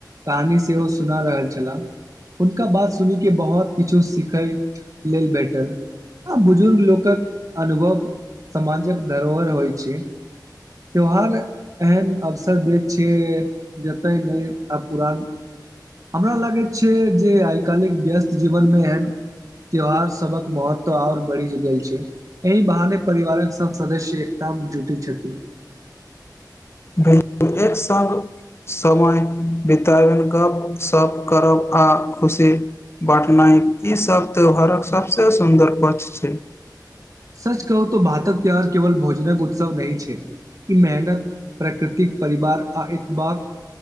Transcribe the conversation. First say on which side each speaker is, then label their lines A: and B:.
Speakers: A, on the right; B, on the left.
A: कहानी सेहो सुना रहल छला हुनका बात सुनी के बहुत किछु सिखय लेल भेटल आ बुजुर्ग लोकक अनुभव समाजक धरोहर होइ छै त्यौहार एहन अवसर दैत छियै जतय नइ आ पुरान हमरा लागैत छै जे आइ कालिक व्यस्त जीवनमे एहन त्यौहार सबक महत्व आओर बढ़ि गेल छै एहि बहाने परिवारक सब सदस्य एकटा आम जुटैत छथि
B: भेल एक सङ्ग समय बितबनि गपशप करब आ खुशी बटनाइ ईसभ त्यौहारक सभसँ सुन्दर पक्ष छै
A: सच कहू त भातक प्यार केवल भोजनक उत्सव नहि छै ई मेहनत प्रकृतिक परिवार आ एक बाद